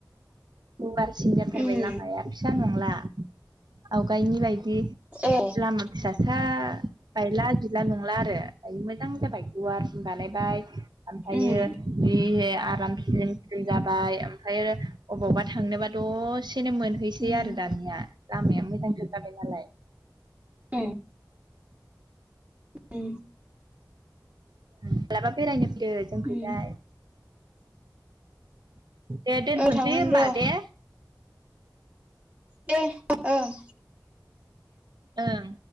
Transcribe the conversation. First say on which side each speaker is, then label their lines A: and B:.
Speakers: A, on the right; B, on the right.
A: गुवारसिन जाथारबाय
B: उम
A: लामाया फिसा नंला आवगायनि बायदि।
B: ए
A: लामा फिसासा बायला जिला नंला आरो दायो मोजां जाबाय गुवारसिन बानायबाय ओमफ्रायो
B: उम
A: बे आराम स्लिम जाबाय ओमफ्रायो अबावबा थांनोबा दसेनो मोनहैसै
B: उम
A: आरो दानिया लामाया मोजांथार जाबाय नालाय।
B: ओम ओ
A: माबलाबा बेरायनो फैदो जोंखैजाय
B: उम
A: दे दोनथ'सै
B: ओ थांगोन
A: होबा
B: र'
A: दे।
B: दे ओं।
A: ओं।